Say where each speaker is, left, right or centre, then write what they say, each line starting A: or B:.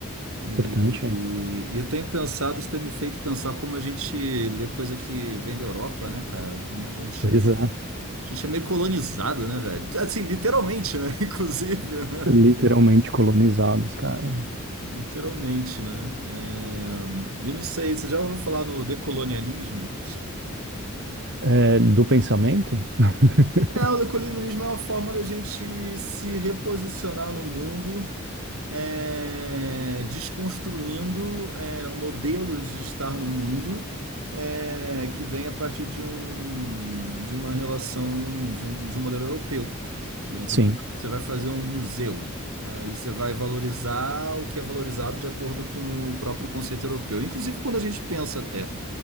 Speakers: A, on the right (about 80°); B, on the right (about 55°).
A: E,
B: Importante, hein?
A: e eu tenho pensado, isso tem me feito pensar como a gente lê coisa que vem da Europa, né, cara? Como a gente,
B: Pois
A: a
B: é.
A: gente é meio colonizado, né, velho? Assim, literalmente, né? <laughs> Inclusive, né?
B: Literalmente colonizados, cara.
A: Literalmente, né? É, Eu não sei, você já ouviu falar no decolonialismo?
B: É, do pensamento? <laughs>
A: É, o equilibrianismo é uma forma da gente se reposicionar no mundo, é, desconstruindo, é, modelos de estar no mundo, é, que vem a partir de um, de uma relação, de um, de um modelo europeu, né? Então,
B: Sim,
A: por exemplo, você vai fazer um museu, aí você vai valorizar o que é valorizado de acordo com o próprio conceito europeu. Inclusive, quando a gente pensa até.